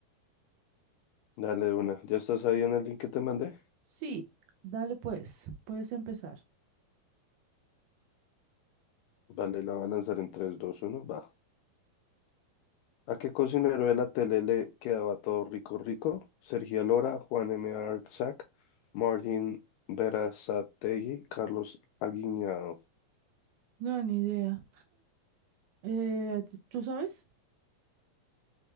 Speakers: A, on the left; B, on the right.
A: Dale de una. ¿Ya estás ahí en el link que te mandé?
B: Sí, dale pues, puedes empezar.
A: Vale, la voy a lanzar en tres, dos, uno, Va. ¿A qué cocinero de la tele le quedaba todo rico, rico? Sergio Lora, Juan M. Arzak, Martín Berazategui, Carlos Aguiñado.
B: No, ni idea. Eh, t- ¿tú sabes?